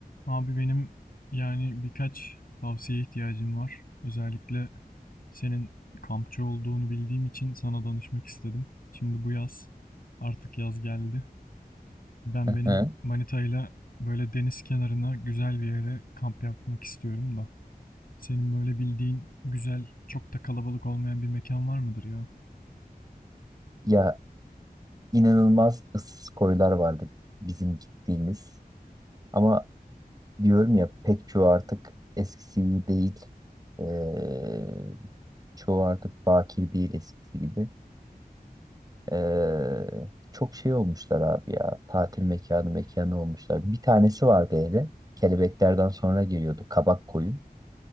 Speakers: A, on the left; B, on the right.
A: Abi benim yani birkaç tavsiye ihtiyacım var. Özellikle senin kampçı olduğunu bildiğim için sana danışmak istedim. Şimdi bu yaz artık yaz geldi. Ben
B: Hı
A: benim
B: hı.
A: manitayla böyle deniz kenarına güzel bir yere kamp yapmak istiyorum da. Senin böyle bildiğin güzel çok da kalabalık olmayan bir mekan var mıdır ya?
B: Ya inanılmaz ıssız koylar vardı bizim gittiğimiz. Ama diyorum ya pek çoğu artık eskisi gibi değil. Ee, çoğu artık bakir değil eskisi gibi. Ee, çok şey olmuşlar abi ya. Tatil mekanı mekanı olmuşlar. Bir tanesi vardı hele. Kelebeklerden sonra geliyordu Kabak Koyu.